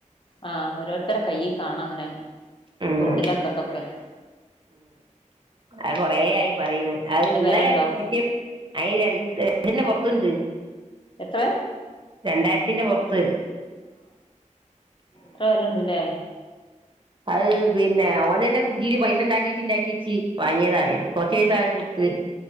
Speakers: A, on the left (about 40°); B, on the right (about 40°).
A: ആ ഓരോരുത്തരടെ കൈ കാണാ ഇങ്ങനെ
B: ഉം
A: തോട്ടിന്റെ അറ്റത്തൊക്ക <inaudible>
B: ആ കൊറെ ആയി പറയുന്നു. അത്
A: അതിന്
B: ഇന്നലെ
A: വിലണ്ടോ
B: കിട്ടിയപ്പ് അയ്ന് രണ്ട് ഏഴിന്റെ പുറത്ത് ത്തണ്ട്
A: എത്ര
B: രണ്ടായിരത്തിന്റെ പുറത്ത്
A: ട്രയല്ണ്ട് ലേ
B: അഹ് പിന്നെ ഓന് തന്നെ കുഞ്ചിയില് പൈസ ഉണ്ടാക്കിവച്ച് ഉണ്ടാക്കിവച്ച് വാങ്ങിയതാണ്. കൊറച്ച് പൈസ ഞാനും കൊടുത്ത്